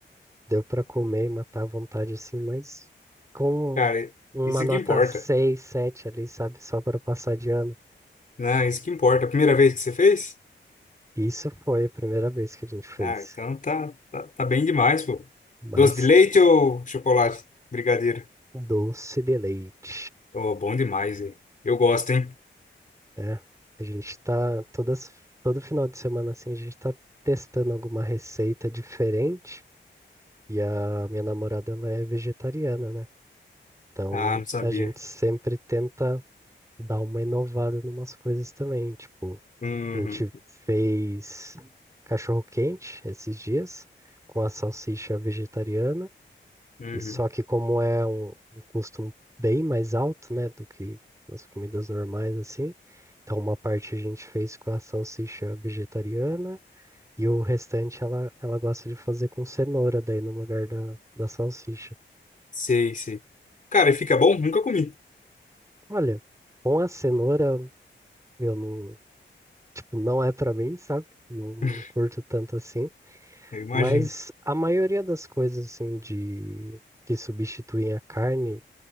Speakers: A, on the right (about 15°); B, on the left (about 40°).
A: deu pra comer e matar à vontade assim, mas com
B: Cara,
A: uma
B: isso
A: nota
B: que importa,
A: 6 7 ali, sabe? Só para passar de ano.
B: né? Isso que importa. A primeira vez que você fez?
A: Isso foi a primeira vez que a gente fez.
B: Ah, então tá, tá, tá bem demais, pô.
A: Mas
B: Doce de leite ou chocolate? Brigadeiro.
A: doce de leite,
B: Oh, bom demais, hein? Eu gosto, hein?
A: né? A gente tá todas, todo final de semana assim, a gente tá testando alguma receita diferente. E a minha namorada, ela é vegetariana, né? Então
B: Ah, não sabia.
A: a gente sempre tenta dar uma inovada em umas coisas também. Tipo,
B: Uhum,
A: a gente fez cachorro-quente esses dias com a salsicha vegetariana.
B: uhum.
A: E só que como é um, um custo bem mais alto, né, do que nas comidas normais, assim, então uma parte a gente fez com a salsicha vegetariana e o restante ela, ela gosta de fazer com cenoura daí no lugar da, da salsicha.
B: Sei, sei. Cara, e fica bom? Nunca comi.
A: Olha, com a cenoura eu não, tipo, não é pra mim, sabe? Não, não
B: <laughs>
A: curto tanto assim.
B: Eu imagino.
A: Mas a maioria das coisas assim de que substituem a carne